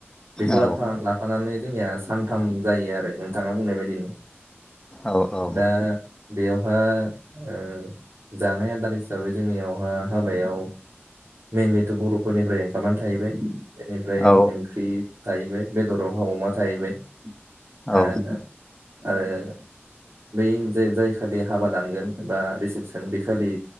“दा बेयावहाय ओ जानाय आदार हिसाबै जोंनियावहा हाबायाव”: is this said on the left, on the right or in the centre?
Right